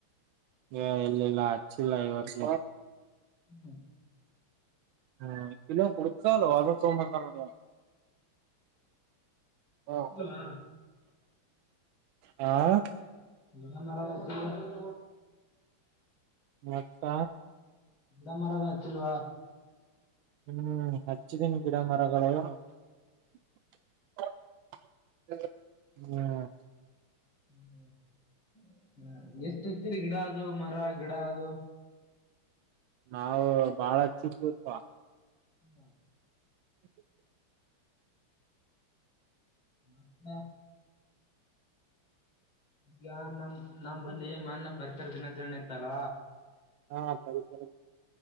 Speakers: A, on the right; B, on the left.
A: ಏ ಇಲ್ಲ ಇಲ್ಲ ಹಚ್ಚಿಲ್ಲ ಇ ವರ್ಷ.
B: <inaudible>
A: ಹ <unintelligible> ತೊಂಬಂದಾನ್ ನೋಡಿವ. ಹಾ
B: ಇಲ್ವಾ
A: ಹಾ
B: ಗಿಡ ಮರ ಎಲ್ಲ ಅತ್ತಿಲ್ಲೆನ್ಲೇ. <inaudible>
A: ಮತ್ತ.
B: ಗಿಡ ಮರಗಳ ಅತ್ತಿಲ್ವ.
A: ಹ್ಮ್ ಹಚ್ಚಿದ್ದೀನಿ ಗಿಡ ಮರಗಳು. ಹ್ಮ್
B: <unintelligible> ಎಷ್ಟ ಹತ್ತೀರಿ ಗಿಡ ಅದು ಮರ ಗಿಡ ಅದು.
A: ನಾವು ಬಾಳಚ್ಚು ಗತ್ವಾ.
B: ಹಾ
A: <inaudible>
B: ಮತ್ತ ಈಗ ನಮ ನಮ್ಮ ಬಲ್ಲಿ ಮನ್ನೆ ಪರಿಸರ ದಿನಾಚರಣೆ ಇತ್ತಲ್ಲ.
A: ಹಾ ಪರಿಸರ